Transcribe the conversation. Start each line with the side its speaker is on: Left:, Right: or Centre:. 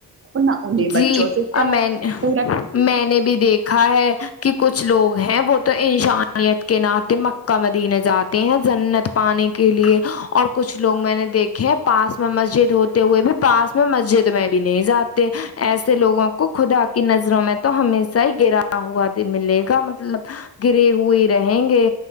Right: نہ انہیں بچوں
Left: جی
Right: سے پیار
Left: ا میں
Right: پورا
Left: میں نے بھی دیکھا ہے کہ کچھ لوگ ہیں وہ تو انشانیت کے ناطے مکہ مدینے جاتے ہیں جنت پانے کے لیے اور کچھ لوگ میں نے دیکھے ہیں پاس میں مسجد ہوتے ہوئے بھی پاس میں مسجد میں بھی نہیں جاتا ایسے لوگوں کو خدا کی نظروں میں تو ہش ص ہی گرا ہوا ملے گا مطلب گرے ہوئے رہیں گے